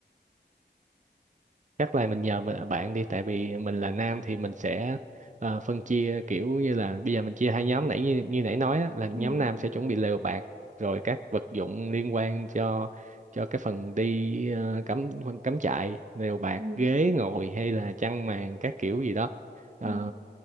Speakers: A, on the right; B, on the right.
A: chắc là mình nhờ mình, bạn đi tại vì mình là nam thì mình sẽ ờ, phân chia kiểu như là bây giờ mình chia hai nhóm nãy như, như nãy nói á, là nhóm
B: Ừ.
A: nam sẽ chuẩn bị lều bạt rồi các vật dụng liên quan cho cho cái phần đi ờ, cắm cắm trại lều bạt
B: Ừ.
A: ghế ngồi hay là chăn màn các kiểu gì đó Ờ,
B: Ừ.